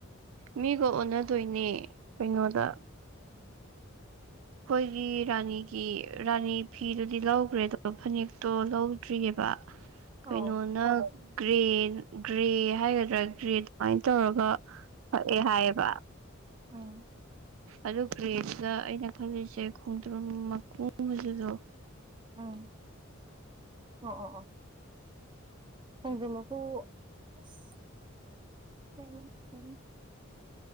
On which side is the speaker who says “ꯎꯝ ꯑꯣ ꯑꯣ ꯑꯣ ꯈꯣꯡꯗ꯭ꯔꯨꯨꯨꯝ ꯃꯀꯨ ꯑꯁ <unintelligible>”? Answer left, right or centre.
Right